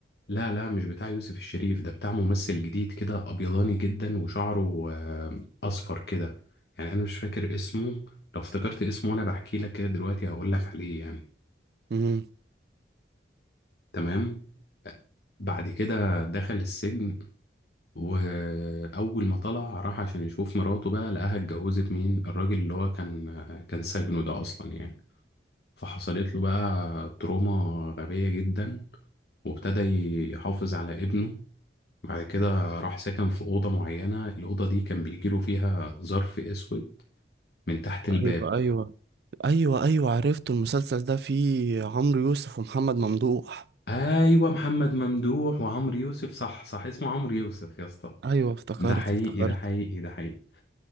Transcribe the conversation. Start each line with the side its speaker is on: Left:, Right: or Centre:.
Left: لا لا مش بتاع يوسف الشريف ده بتاع ممثل جديد كده ابيضاني جدا وشعره آه، اصفر كده يعني انا مش فاكر اسمه لو افتكرت اسمه وانا بحكي لك كده دلوقتي هقول لك عليه يعني
Right: امم
Left: تمام بعد كده دخل السجن واول ما طلع راح عشان يشوف مراته بقى لقاها اتجوزت مين الراجل اللي هو كان كان سجنه ده اصلا يعني فحصلت له بقى تروما غبية جدا وابتدى يحافظ على ابنه بعد كده راح سكن في أوضة معينة الأوضة دي كان بيجيله فيها ظرف أسود من تحت الباب
Right: ايوه ايوه ايوه ايوه عرفته المسلسل ده فيه عمرو يوسف ومحمد ممدوح
Left: أيوة محمد ممدوح وعمرو يوسف صح صح اسمه عمرو يوسف يا اسطى
Right: ايوه افتكرت
Left: ده حقيقي
Right: افتكرت
Left: ده حقيقي ده حقيقي